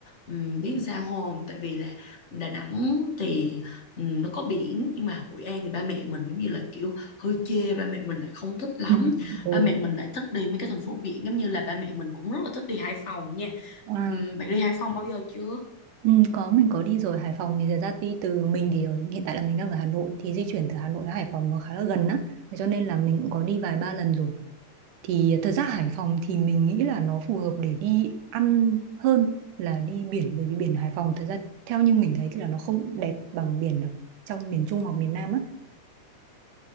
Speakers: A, on the left (about 35°); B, on the right (about 80°).
A: ừm, biết sao không tại vì là Đà Nẵng thì ừm, nó có biển nhưng mà Hội An thì ba mẹ mình giống như là kiểu hơi chê ba mẹ mình lại không thích lắm
B: ừ ừ
A: ba mẹ mình lại thích đi mấy cái thành phố biển giống như là ba mẹ mình cũng rất là thích đi Hải Phòng nha
B: À,
A: Ừm, bạn đi Hải Phòng bao giờ chưa
B: ừ, có mình có đi rồi Hải Phòng thì thật ra đi từ mình thì ở, hiện tại là mình đang ở Hà Nội thì di chuyển từ Hà Nội đến Hải Phòng nó khá là gần á Thế cho nên là mình cũng có đi vài ba lần rồi Thì thật ra Hải Phòng thì mình nghĩ là nó phù hợp để đi ăn hơn là đi biển bởi vì biển Hải Phòng thật ra theo như mình thấy thì là nó không đẹp bằng biển ở trong miền Trung hoặc miền Nam